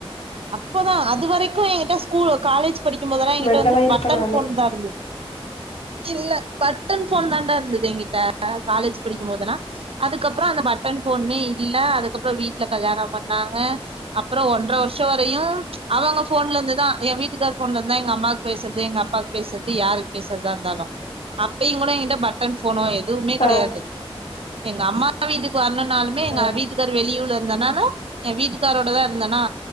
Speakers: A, on the right; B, on the left.
A: அப்பதா அது வரைக்கு எங்கிட்ட ஸ்கூல் காலேஜ் படிக்கு போதெல்லா எங்கிட்ட
B: மெண்டலா
A: வந்து
B: இருப்ப
A: பட்டன்
B: நானு
A: ஃபோன் தா இருந்தது இல்ல பட்டன் ஃபோன் தாண்டா இருந்துது என்கிட்ட காலேஜ் படிக்குபோதல்லா அதுக்கப்றோ அந்த பட்டன் ஃபோனுமே இல்ல அதுக்கப்றோ வீட்ல கல்யாண பண்ணாங்க அப்றோ ஒன்ற வர்ஷ் ஷோ வரையு அவங்க ஃபோன்லருந்து தா ஏ வீட்டுக்கார் ஃபோன்லருந்துதா எங்கம்மாக்கு பேசற்து எங்கப்பாக்கு பேசற்து யாருக் பேசற்தா இருந்தாலு அப்பயு கூட எங்கிட்ட பட்டன் ஃபோனோ எதுவுமே கெடையாது
B: ஆ
A: எங்க அம்மாப்பா வீட்டுக்கு வர்னு நாலுமே மே எங்க
B: ஆ
A: வீட்டுக்கார் வெளியூர்ல இருந்தனாலு எ வீட்டுக்காரோட தா இருந்தனா